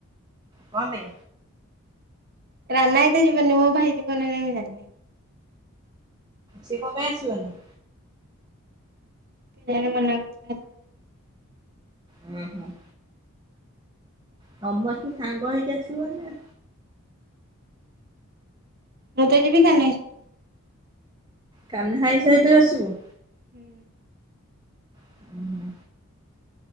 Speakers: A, on the right; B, on the right.
A: କଣପାଇଁ?
B: ରାନା ଭାଇ ତ ଜିବନୀ ମୋ ଭାଇ ଜୀବ ନା ନାହିଁ ମୁଁ ଜାଣିନି।
A: ସିଏ କଣ ପାଇଁ ଆସିବନି?
B: କେଜାଣ ମନା କରୁଥିଲା ତ।
A: ଉହୁଁ। ସମସ୍ତେ ସାଙ୍ଗ ହେଇକି ଆସିବ ନା।
B: ମୁଁ ତ ଯିବି କାହ୍ନା ଭାଇ ସହିତ।
A: କାହ୍ନା ଭାଇ ସହିତ ଆସିବୁ
B: ହୁଁ।
A: ଆସିବୁ।